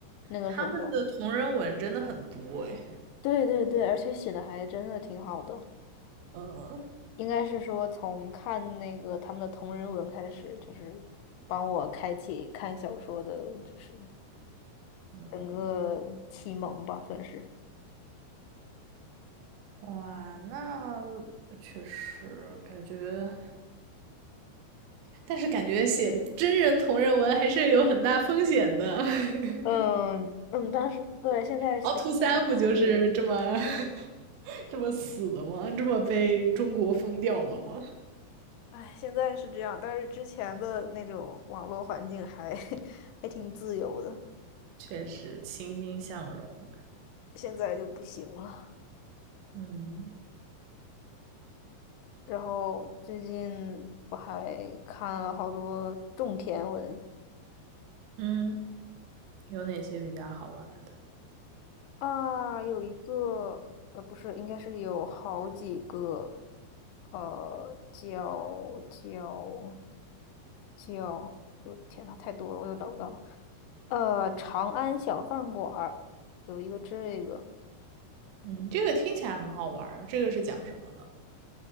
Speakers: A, on the left (about 80°); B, on the right (about 85°).
A: 那个时候。
B: 他们的同人文真的很多诶。
A: 对对对，而且写的还真的挺好的，
B: 嗯
A: 应该是说从看那个他们的同人文开始，就是帮我开启看小说的，就是
B: 嗯，
A: 整个启蒙吧，算是。
B: 哇，那确实感觉，但是感觉写真人同人文还是有很大风险的。<laughs>
A: 嗯嗯，但是对，现在确实有。
B: 凹凸三不就是这么 <laughs> 这么死的吗？这么被中国封掉的吗？
A: 哎，现在是这样，但是之前的那种网络环境还 <laughs> 还挺自由的，
B: 确实欣欣向荣。
A: 现在就不行了。
B: 嗯
A: 然后最近我还看了好多种田文，
B: 嗯，有哪些比较好玩的？
A: 啊，有一个，呃，不是，应该是有好几个，呃，叫叫叫，我天呐，太多了，我又找不到了。呃，长安小饭馆儿有一个这个
B: 嗯，这个听起来很好玩儿。这个是讲什么的？